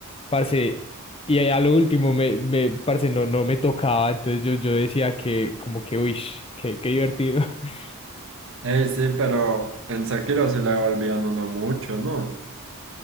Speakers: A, on the left; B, on the right.
A: Parce, y a lo último me, me, parce, no, no me tocaba, entonces yo, yo decía que como que, uy, qué, qué divertido. <laughs>
B: Ey, sí, pero en Sekiro sí le volvían uno mucho, ¿no?